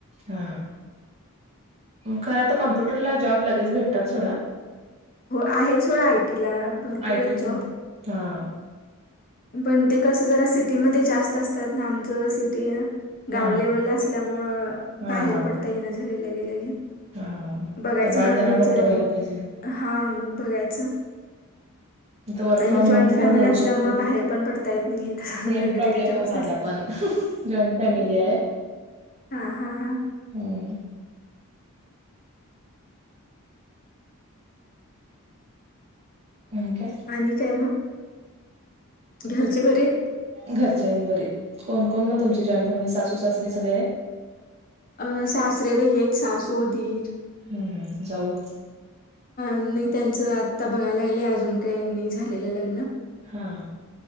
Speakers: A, on the right; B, on the left.
A: हा खरं आता कॉम्प्युटरला जॉब लगेच भेटतात सोडा
B: हो आहे सोडं ऐ आयटी ला भरपूर
A: आयटी
B: आहेत जॉब
A: कंप हा
B: पण ते कसा जरा सिटी सिटीमध्ये जास्त असतात ना आमचं सिटी गाव
A: हा
B: लेवलला
A: हा
B: असल्यामुळं
A: हा
B: बाहेर
A: हा
B: पडता येईना झालाय लगे लगेच
A: हा
B: बघायचं
A: तर बाळ
B: म्हणाले
A: मोठं
B: जरा
A: व्हायला
B: मग
A: पाहिजे
B: ह मग बघायचं
A: वर्क
B: आणि
A: फ्रॉम
B: जॉईंट
A: होम
B: फॅमिली
A: पण मिळू
B: असल्यामुळे
A: शकतो
B: बाहेर पण पडता येत नाही
A: सेम
B: लगे
A: प्रॉब्लेम
B: लगे जॉबसाठी
A: आहे माझा पण जॉइंट फॅमिली आहे
B: हा हा हा
A: हं आणि काय
B: आणि काय मग घरचे बरेच
A: घरच्या आहेत बरी कोण कोण मग तुमची जॉईंट फॅमिली सासू सासरी सगळे आहेत.
B: अं सासरेला यच सासूधीर <unintelligible>
A: हम्म हम्म जाऊ
B: नाही त्यांचं आत्ता बघायला लागलं अजून काहीनी झालेलं लग्न
A: हा